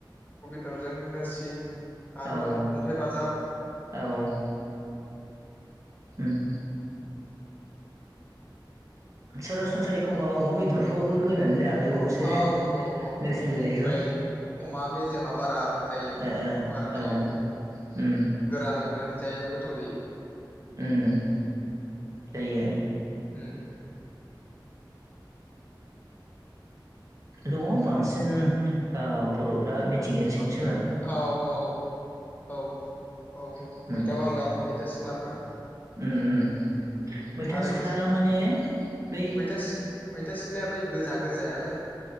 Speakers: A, on the left; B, on the right.
A: दरजों नोरसिं आरो
B: औ
A: अन्थाइ बाजाब
B: <inaudible> औ ओम‌ सरासनस्रा एखमबा अमा बेदरफ्रावबो होनानै। जालायबावोसो
A: औ-औ-औ
B: नेरसोन बिलाइखौ
A: बै अमा मेजेमा बारा जायोब्ला
B: ओ
A: बारा थायोब्ला
B: औ उम
A: गोरान एवनानै। जायो बा गोथाव जायो बा।
B: ओम जायो।
A: उम
B: दङ बांसिन ओ बर'फ्रा मिथिंगानि सायावनो सो
A: औ औ औ औ
B: उम
A: मैथा बांगाल मैथा सिख्लाफ्रा
B: ओम ओम मैथा
A: आरो
B: सिख्ला माने बै
A: मैथा मैथा सिख्लाया बै गोजा गोजायालै